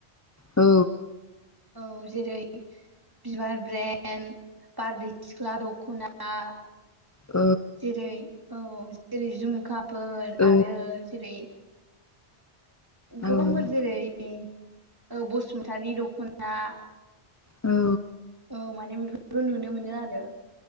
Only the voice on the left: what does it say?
औ
औ
औ
औ
औ